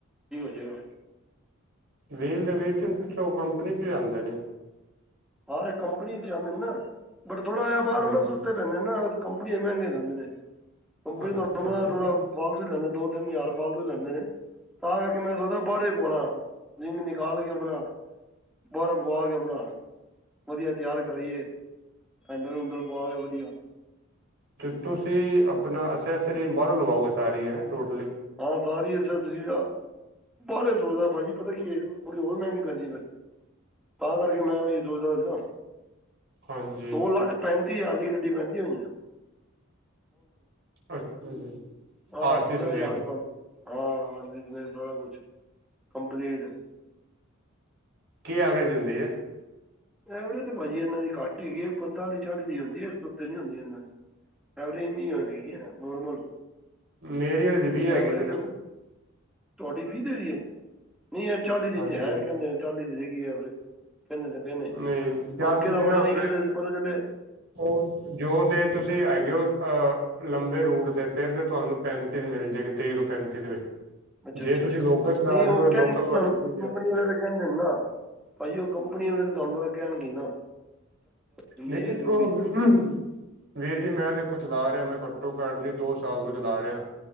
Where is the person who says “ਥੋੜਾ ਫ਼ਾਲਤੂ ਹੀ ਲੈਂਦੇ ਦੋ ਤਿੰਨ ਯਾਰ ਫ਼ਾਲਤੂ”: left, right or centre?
Centre